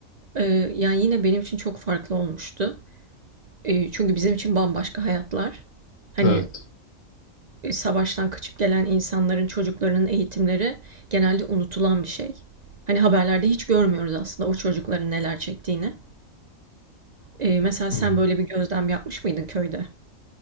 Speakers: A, on the right; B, on the left.
A: Eee, yani yine benim için çok farklı olmuştu. Eee, çünkü bizim için bambaşka hayatlar. Hani
B: Evet.
A: e, savaştan kaçıp gelen insanların, çocuklarının eğitimleri genelde unutulan bir şey. Hani haberlerde hiç görmüyoruz aslında o çocukların neler çektiğini. Ee, mesela
B: Hı
A: sen
B: hı.
A: böyle bir gözlem yapmış mıydın köyde?